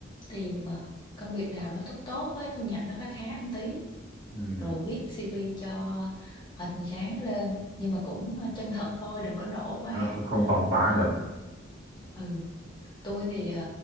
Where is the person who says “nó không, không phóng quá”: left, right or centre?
Right